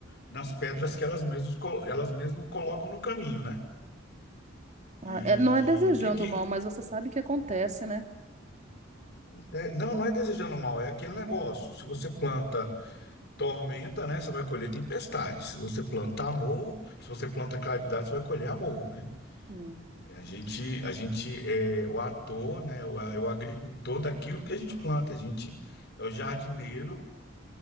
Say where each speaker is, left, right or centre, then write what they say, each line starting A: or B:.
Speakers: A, on the left; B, on the right.
A: nas pedras que elas mesmas colo- elas mesmo colocam no caminho, né?
B: Ah,
A: E
B: é- não é desejando
A: o que que
B: mal, mas você sabe o que acontece, né?
A: é, não, não é desejando mal, é aquele negócio.
B: Uhum,
A: Se você planta tormenta, né, você vai colher tempestade. Se você planta amor, se você planta caridade, você vai colher amor, né?
B: sim,
A: É, A gente, a gente é o ator, né? O, é o agricultor daquilo que a gente planta. A gente é o jardineiro